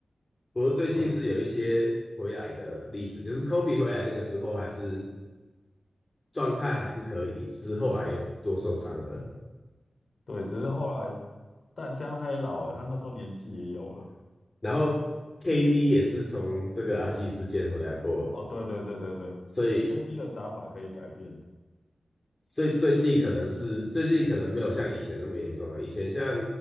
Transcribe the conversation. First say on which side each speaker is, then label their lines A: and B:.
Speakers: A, on the left; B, on the left.
A: 不过最近是有一些回来的例子，
B: 对
A: 就是 Kobe 回来那个时候还是状态还是可以，只是后来又多受伤了。
B: 对，只是后来，但姜上他也老了，他那时候年纪也有了。
A: 然后 KD 也是从这个阿基里斯腱回来过，
B: 哦，对对对对对，KD
A: 所以
B: 的打法可以改变。
A: 所以最近可能是最近可能没有像以前那么严重了。以前像